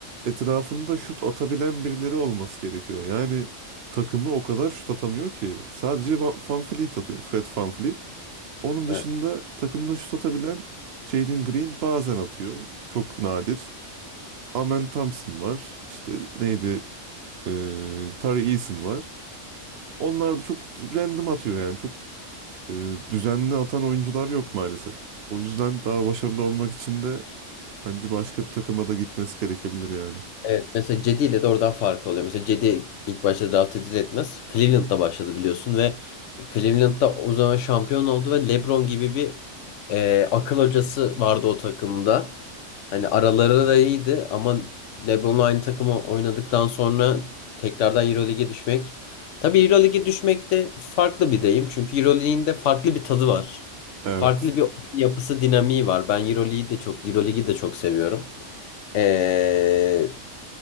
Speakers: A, on the right; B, on the left.
A: etrafında şut atabilen birileri olması gerekiyor. Yani takımı o kadar şut atamıyor ki. Sadece Va- Van Fleet atıyor. Fred Van Fleet. Onun dışında
B: Evet.
A: takımda şut atabilen Jalen Green bazen atıyor. Çok nadir. Amen Thompson var. İşte neydi? Ee, Tari Eason var. Onlar da çok random atıyor yani. Çok e, düzenli atan oyuncular yok maalesef. O yüzden daha başarılı olmak için de Bence başka bir takıma da gitmesi gerekebilir yani.
B: Evet mesela Cedi ile de oradan fark oluyor. Mesela Cedi ilk başta draft edilir etmez. Cleveland'da başladı biliyorsun ve Cleveland'da o zaman şampiyon oldu ve LeBron gibi bir e, akıl hocası vardı o takımda. Hani araları da iyiydi ama LeBron'la aynı takımı oynadıktan sonra tekrardan EuroLeague'e düşmek. Tabii EuroLeague'e düşmek de farklı bir deyim. Çünkü EuroLeague'in de farklı bir tadı var.
A: Evet.
B: Farklı bir oyun yapısı dinamiği var. Ben EuroLeague'i de çok EuroLeague'i de çok seviyorum. Ee,